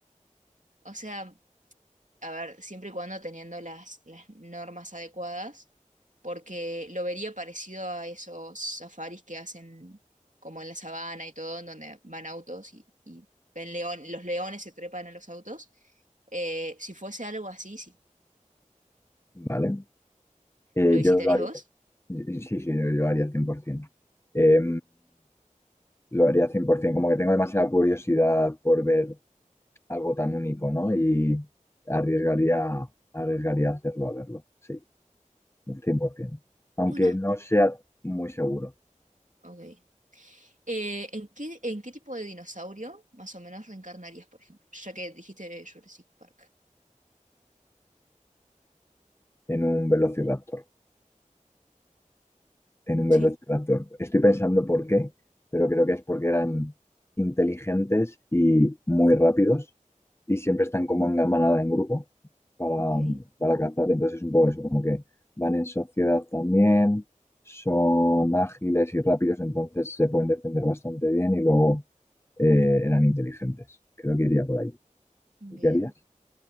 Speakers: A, on the right (about 70°); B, on the left (about 20°).
A: O sea, a ver, siempre y cuando teniendo las, las normas adecuadas, porque lo vería parecido a esos safaris que hacen como en la sabana y todo, en donde van autos y, y ven león, los leones se trepan a los autos. Eh, si fuese algo así, sí.
B: ¿Vale? Eh,
A: ¿Lo visitarías
B: yo lo haría.
A: vos?
B: Sí, sí, yo lo haría 100%. Eh, Lo haría 100%, como que tengo demasiada curiosidad por ver algo tan único, ¿no? Y arriesgaría, arriesgaría hacerlo a verlo, sí, 100%. Aunque
A: Bueno,
B: no sea muy seguro
A: ok. Eh, ¿en qué, en qué tipo de dinosaurio más o menos reencarnarías, por ejemplo? Ya que dijiste Jurassic Park.
B: en un velociraptor. en un velociraptor.
A: Sí.
B: Estoy pensando por qué, pero creo que es porque eran inteligentes y muy rápidos y siempre están como en manada, en grupo, para,
A: Ok,
B: para cazar. Entonces es un poco eso, como que van en sociedad también, son ágiles y rápidos, entonces se pueden defender bastante bien y luego eh, eran inteligentes. Creo que iría por ahí.
A: bien.
B: ¿Tú qué harías?